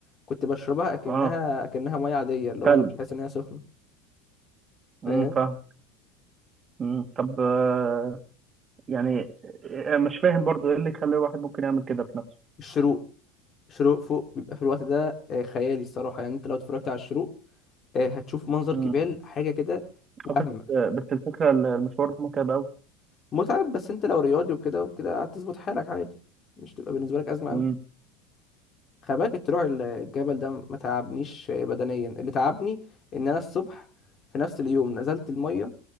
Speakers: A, on the left; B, on the right.
A: كنت بشربها اكنها
B: اه
A: اكنها ميه عاديه اللي
B: تلج
A: هو انا مش حاسس ان هي سخنه
B: امم
A: فاهم
B: فاهم مم. طب آه، يعني مش فاهم برضو ايه اللي يخلي الواحد ممكن يعمل كده في نفسه
A: الشروق الشروق فوق بيبقى في الوقت ده آه، خيالي الصراحه يعني انت لو اتفرجت على الشروق آه، هتشوف منظر
B: امم
A: جبال حاجه كده وهم
B: آه، بس آه، بس الفكرة المشوار متعب قوي
A: متعب بس انت لو رياضي وكده وكده هتظبط حالك عادي مش تبقى بالنسبه لك ازمه
B: امم
A: خلي بالك الطلوع الجبل ده ما تعبنيش بدنيا اللي تعبني ان انا الصبح في نفس اليوم نزلت الميه